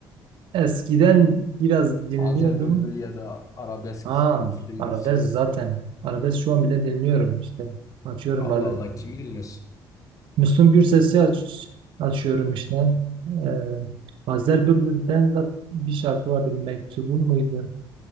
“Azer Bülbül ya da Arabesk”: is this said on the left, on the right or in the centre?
Left